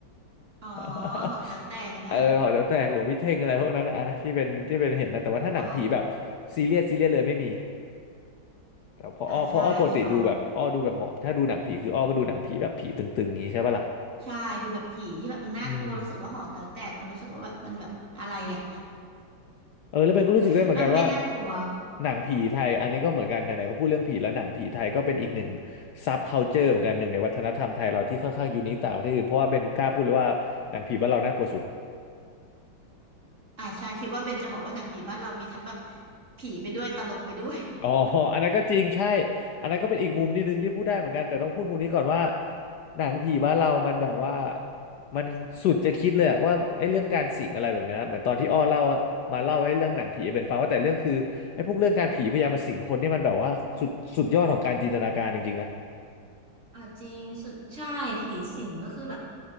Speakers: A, on the right; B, on the left.
A: อ๋อ
B: <laughs>
A: หอแต๋วแตกอะนะ
B: เออหอแถวแตกหลวงพี่เท่งอะไรพวกนั้นอะนะที่เป็นที่เป็นเห็นนะแต่ว่าถ้าหนังผีแบบ
A: อ๋อ
B: ซีเรียสซีเรียสเลยไม่มีแต่พออ้อพออ้อปกติดูแบบอ้อดูแบบหมอบถ้าดูหนังผีคืออ้อก็ดูหนังผีแบบผีตึงๆงี้ใช่ปะล่ะ
A: อ่าใช่ใช่ใช่ดูแบบผีที่แบบมันน่ากลัวรู้สึกว่าหอแต๋วแตกมันรู้สึกว่าแบบมันแบบอะไรอ่ะ
B: อืมเออแล้วเบนก็รู้สึกได้เหมือนกันว่า
A: <laughs> มันไม่น่ากลัว
B: หนังผีไทยอันนี้ก็เหมือนกันไหนๆก็พูดเรื่องผีแล้วหนังผีไทยก็เป็นอีกหนึ่งซับคัลเจอร์เหมือนกันหนึ่งในวัฒนธรรมไทยเราที่ค่อนข้างยูนิคต่างประเทศอื่นเพราะว่าเบนกล้าพูดเลยว่าหนังผีบ้านเราน่ากลัวสุด
A: อ่าใช่คิดว่าเบนจะบอกว่าหนังผีบ้านเรามีทั้งแบบผีไปด้วยตลกไปด้วย
B: อ๋ออันนั้นก็จริงใช่ อันนั้นก็เป็นอีกมุมนิดนึงที่พูดได้เหมือนกันแต่ต้องพูดมุมนี้ก่อนว่าหนังผีบ้านเรามันแบบว่ามันสุดจะคิดเลยอะว่าไอ้เรื่องการสิงอะไรแบบเนี้ยเหมือนตอนที่อ้อเล่ามาเล่าให้เรื่องหนังผีเป็นฟังว่าแต่เรื่องคือไอ้พวกเรื่องการผีพยายามมาสิงคนนี่มันแบบว่าสุดสุดยอดของการจินตนาการจริงๆนะ
A: อ่าจริงสุดใช่ผีสิงก็คือแบบ